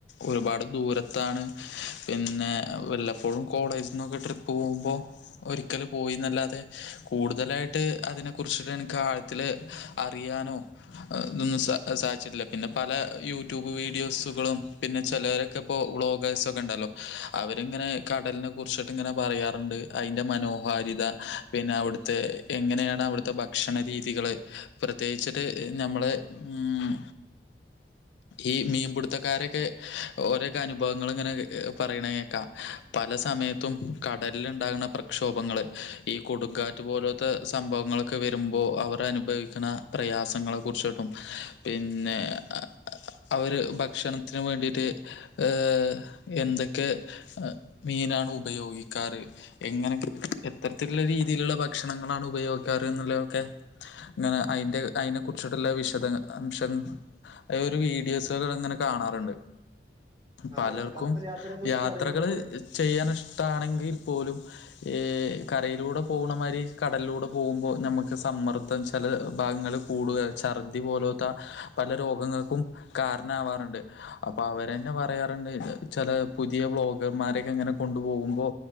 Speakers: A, on the left; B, on the right.
A: ഒരുപാട് ദൂരത്താണ് പിന്നെ വല്ലപ്പോഴും കോളേജ്ന്നൊക്കെ ട്ട്രിപ്പ് പോകുമ്പൊ ഒരിക്കല് പോയീന്നല്ലാതെ കൂടുതലായിട്ട് അതിനെ കുറിച്ചിട്ട് എനിക്ക് ആഴ ത്തില് അറിയാനൊ ഇതൊന്നും സാധിച്ചിട്ടില്ല പിന്നെ പല യൂട്യൂബ് വീഡിയോസുകളും പിന്നെ ചെലവരൊക്കെ ഇപ്പോ വ്ളോഗേഴ്സ് ഒക്കെണ്ടല്ലൊ അവരിങ്ങനെ കടലിനെ കുറിച്ചിട്ടിങ്ങനെ പറയാറുണ്ട് അതിന്റെ മനോഹാരിത പിന്നെ അവിടുത്തെ എങ്ങനെയാണ് അവിടുത്തെ ഭക്ഷണ രീതികള് പ്രത്യേകിച്ചിട്ട് ഞമ്മള് ഉം ഈ മീൻപിടുത്തക്കാരെക്കെ ഓരൊക്കെ അനുഭവങ്ങള്ങ്ങനെ കെ പറയ്ണെ കേക്കാ പല സമയത്തും കടലില്ണ്ടാക്ണ പ്രക്ഷോഭങ്ങള് ഈ കൊടുങ്കാറ്റ് പോലോത്ത സംഭവങ്ങള് ക്കെ വെരുമ്പോ അവറനുഭവിക്ക്ണ പ്രയാസങ്ങളെ കുർച്ചിട്ടും പിന്നെ അ അ അവര് ഭക്ഷണത്തിന് വേണ്ടീട്ട് ഏഹ് എന്തൊക്കെ എ മീനാണ് ഉപയോഗിക്കാറ് എങ്ങനെക്കെ എത്തരത്തില്ള്ള രീതിയില്ള്ള ഭക്ഷണങ്ങളാണു ഉപയോഗിക്കാറ് ന്ന്ള്ളെ ഒക്കെ ങ്ങനെ അയിന്റെ അയിനെ കുറിച്ചിട്ട്ള്ളെ വിശദങ്ങ അംശം അയ് ഒരു വീഡിയോസൊക്കെ ഇങ്ങനെ കാണാറ്ണ്ട്
B: ആ
A: പലർക്കും
B: അതെ അതെ കപ്പൽ യാത്രയെ കുറിച്ച്
A: യാത്രകള്
B: പറയുമ്പോൾ നമ്മള്
A: ചെയ്യാനിഷ്ടാണെങ്കി പോലും ഈ കരയിലൂടെ പോണമാരി കടൽലൂടെ പോവുമ്പോ ഞമ്മക്ക് സമ്മർദ്ദ ചെല ഭാഗങ്ങള് കൂടുക, ഛർദി പോലോത്ത പല രോഗങ്ങൾക്കും കാരണാവാറുണ്ട്. അപ്പൊ അവരെന്നെ പറയാറ്ണ്ട് ചെല പുതിയ വ്ലോഗർമാരെക്കെങ്ങനെ കൊണ്ടു പോകുമ്പൊ